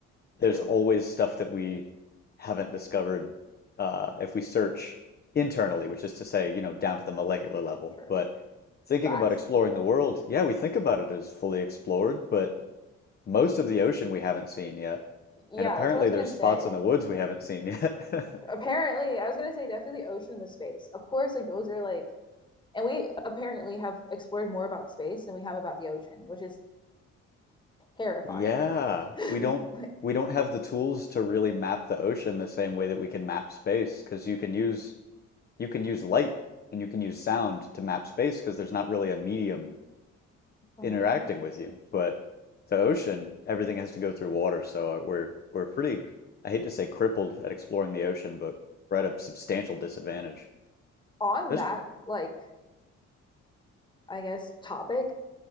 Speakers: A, on the left; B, on the left.
A: there's
B: true
A: always stuff that we haven't discovered uh, if we search internally, which is to say, you know, down to the molecular level.
B: true
A: But thinking
B: facts
A: about exploring the world, yeah, we think about it as fully explored, but most of the ocean we haven't seen yet.
B: yeah
A: And apparently
B: that's what i was
A: there's
B: gonna say
A: spots in the woods we haven't seen yet. <laughs>
B: Apparently, I was gonna say definitely the ocean and the space. Of course, like those are like, and we apparently have explored more about space than we have about the ocean, which is terrifying.
A: Yeah,
B: <laughs>
A: we don't
B: Like,
A: we don't have the tools to really map the ocean the same way that we can map space, because you can use you can use light and you can use sound to map space because there's not really a medium
B: mhm.
A: interacting with you. But the ocean, everything has to go through water, so uh, we're we're pretty, I hate to say crippled at exploring the ocean, but we're at a substantial disadvantage.
B: On
A: That's,
B: that, like, I guess topic,